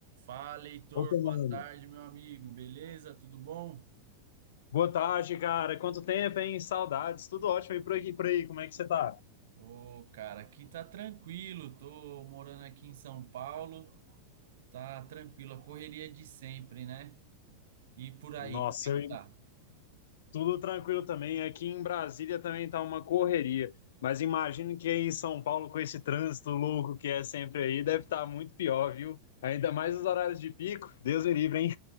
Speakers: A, on the right; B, on the left.
A: Fala, Heitor,
B: Boa tarde.
A: boa tarde, meu amigo. Beleza? Tudo bom?
B: Boa tarde, cara. Quanto tempo, hein? Saudades. Tudo ótimo aí por aqui, por aí. Como é que você tá?
A: Ô, cara, aqui tá tranquilo. Tô morando aqui em São Paulo. Tá tranquilo, a correria de sempre, né? E por aí,
B: Nossa,
A: como é que
B: eu,
A: tá?
B: tudo tranquilo também. Aqui em Brasília também tá uma correria. Mas imagino que aí em São Paulo, com esse trânsito louco que é sempre aí, deve estar muito pior, viu? Ainda mais nos horários de pico. Deus me livre, hein?